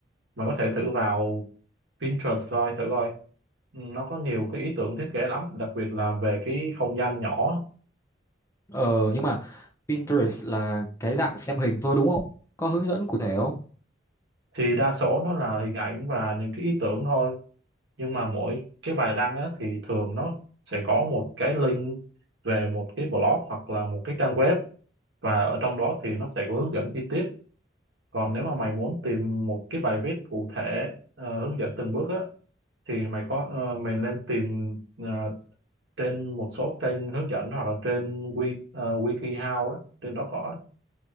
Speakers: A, on the right; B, on the left.
A: mày có thể thử vào Pinterest coi thử coi nó có nhiều cái ý tưởng thiết kế lắm đặc biệt là về cái không gian nhỏ
B: Ờ nhưng mà Pinterest là cái dạng xem hình thôi đúng không? Có hướng dẫn cụ thể không?
A: thì đa số nó là hình ảnh và những cái ý tưởng thôi nhưng mà mỗi cái bài đăng á, thì thường nó sẽ có một cái link về một cái blog hoặc là một cái trang web và ở trong đó thì nó sẽ có hướng dẫn chi tiết còn nếu mà mày muốn tìm một cái bài viết cụ thể ờ, hướng dẫn từng bước á thì mày có ờ, mày nên tìm ờ, trên một số kênh hướng dẫn hoặc là trên Wi, ờ, WikiHow á trên đó có